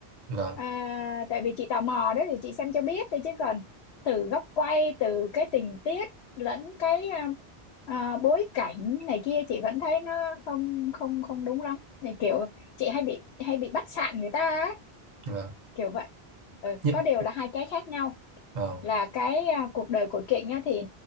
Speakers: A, on the right (about 45°); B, on the left (about 80°).
A: vâng
B: à, tại vì chị tò mò đó thì chị xem cho biết thôi chứ còn từ góc quay từ cái tình tiết lẫn cái ờ, ờ, bối cảnh này kia chị vẫn thấy nó không không không đúng lắm Này kiểu chị hay bị hay bị bắt sạn người ta á,
A: vâng
B: kiểu vậy ừ,
A: Như-
B: có điều là hai cái khác nhau
A: Vâng.
B: là cái à, cuộc đời của Trịnh á, thì